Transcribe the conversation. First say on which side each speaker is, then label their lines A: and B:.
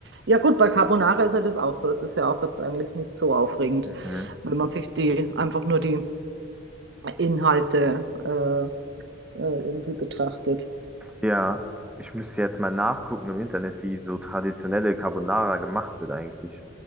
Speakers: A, on the right (about 60°); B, in the centre.
A: Ja gut, bei Carbonara ist ja das auch so. Es ist ja auch jetzt eigentlich nicht so aufregend,
B: Mhm.
A: wenn man sich die einfach nur die Inhalte äh, äh, irgendwie betrachtet.
B: Ja, ich müsste jetzt mal nachgucken im Internet, wie so traditionelle Carbonara gemacht wird eigentlich.